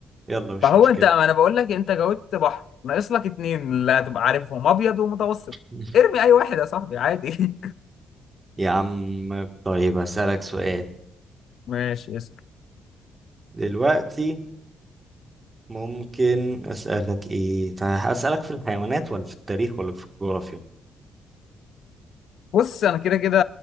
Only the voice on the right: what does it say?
يلا مش
مشكله
<laughs>
يا عم طيب هسألك سؤال
دلوقتي ممكن أسألك إيه؟ طيب أسألك في الحيوانات ولا في التاريخ ولا في الجغرافيا؟